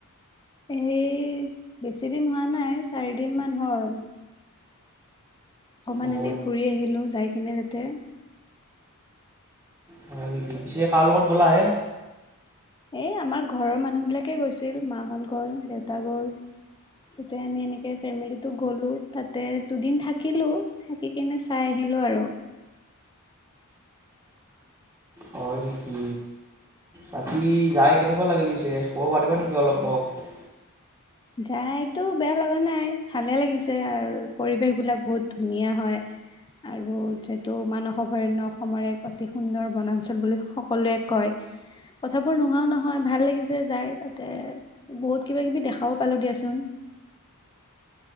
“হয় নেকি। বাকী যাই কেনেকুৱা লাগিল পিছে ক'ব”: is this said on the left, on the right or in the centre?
Right